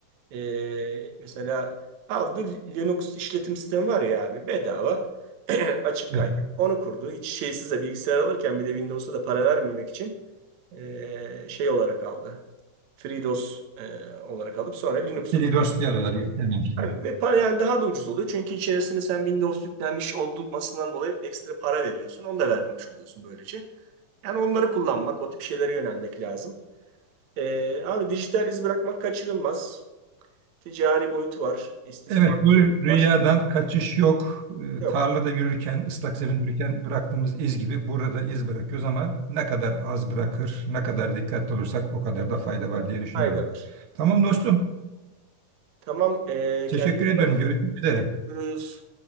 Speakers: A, on the right; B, on the right.
A: Ee, mesela aldı Linux işletim sistemi var ya abi bedava <clears throat> açık
B: Evet.
A: kaynak. Onu kurdu. Hiç şeysiz de bilgisayar alırken bir de Windows'a da para vermemek için ee, şey olarak aldı. FreeDOS ee, olarak alıp sonra Linux'u
B: Dili
A: kurdu.
B: dosyaları yüklememiş.
A: Abi, ve para yani daha da ucuz oluyor. Çünkü içerisine sen Windows yüklenmiş olmasından dolayı ekstra para veriyorsun. Onu da vermemiş oluyorsun böylece. Yani onları kullanmak, o tip şeylere yönelmek lazım. Ee, abi dijital iz bırakmak kaçırılmaz. Ticari boyutu var, istismar
B: Evet, bu
A: boyutu
B: rüyadan
A: var.
B: kaçış yok. Ee,
A: Yok,
B: tarlada yürürken, ıslak zeminde yürürken bıraktığımız iz gibi burada da iz bırakıyoruz ama ne kadar az bırakır, ne kadar dikkatli olursak o kadar da fayda var diye düşünüyorum.
A: fayda var.
B: Tamam dostum,
A: Tamam, e,
B: teşekkür
A: kendine
B: ediyorum.
A: iyi bak.
B: Görüşmek üzere.
A: Görüşürüz.